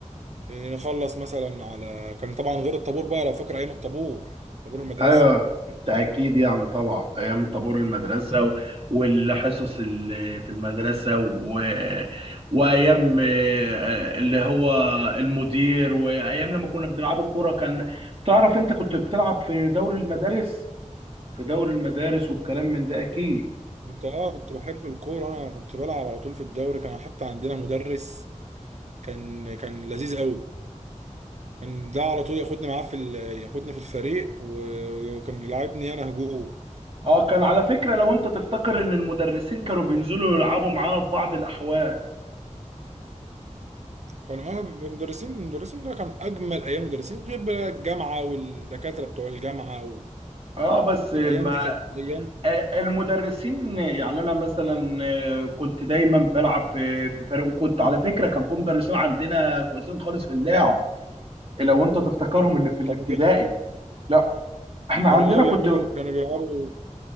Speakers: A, on the right; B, on the right.
A: آه، نخلص مثلا على كان طبعا غير الطابور بقى لو فاكر ايام الطابور طابور المدرسة
B: ايوه بالتاكيد يعني طبعا ايام طابور المدرسه و- والحصص اللي في المدرسه و... وايام آه، اللي هو المدير وايام لما كنا بنلعبوا كوره كان تعرف انت كنت بتلعب في دوري المدارس في دوري المدارس والكلام من ده اكيد
A: كنت اه كنت بحب الكورة انا كنت بلعب على طول في الدوري كان حتى عندنا مدرس كان كان لذيذ قوي كان ده على طول ياخدني معاه في ال... ياخدني في الفريق و- وكان يلعبني انا هجوم
B: اه كان على فكره لو انت تفتكر ان المدرسين كانوا بينزلوا يلعبوا معانا في بعض الاحوال
A: كان اه المدرسين المدرسين ده كان اجمل ايام المدرسين غير بقى الجامعة والدكاترة بتوع الجامعة و...
B: اه بس الم...
A: الايام
B: آه،
A: دي كانت ايام
B: المدرسين آه، يعني انا مثلا آه، كنت دايما بلعب آه، في فريق وكنت على فكره كان في مدرسين عندنا كويسين خالص في اللعب لو انت تفتكرهم اللي في الابتدائي
A: كانوا بي...
B: لا احنا
A: كانوا
B: عندنا
A: اه بيعملوا
B: كنت
A: كانوا بيلعبوا